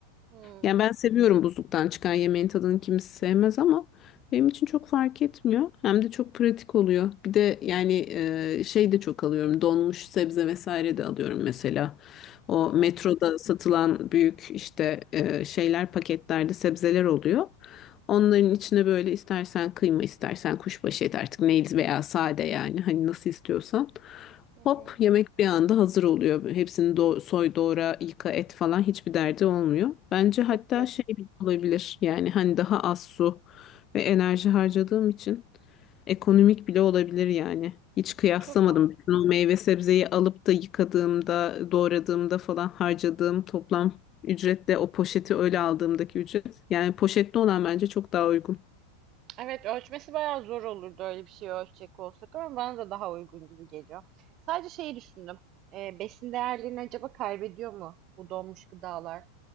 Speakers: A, on the right (about 40°); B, on the left (about 35°).
A: hı,
B: Yani ben seviyorum buzluktan çıkan yemeğin tadını kimse sevmez ama benim için çok fark etmiyor. Hem de çok pratik oluyor. Bir de yani e, şey de çok alıyorum. Donmuş sebze vesaire de alıyorum mesela. O
A: aha,
B: metroda satılan büyük işte e, şeyler paketlerde sebzeler oluyor. Onların içine böyle istersen kıyma istersen kuşbaşı et artık neydi veya sade yani hani nasıl istiyorsan.
A: hı
B: Hop
A: hı.
B: yemek bir anda hazır oluyor. Hepsini do- soy, doğra, yıka, et falan hiçbir derdi olmuyor. Bence hatta
A: Çok pratik.
B: şey bile olabilir. Yani hani daha az su ve enerji harcadığım için ekonomik bile olabilir yani. Hiç kıyaslamadım.
A: Çok mantıklı.
B: Bütün o meyve sebzeyi alıp da yıkadığımda, doğradığımda falan harcadığım toplam ücretle o poşeti öyle aldığımdaki ücret. Yani poşetli olan bence çok daha uygun.
A: Evet ölçmesi bayağı zor olurdu öyle bir şey ölçecek olsak ama bana da daha uygun gibi geliyor. Sadece şeyi düşündüm. E, besin değerlerini acaba kaybediyor mu bu donmuş gıdalar?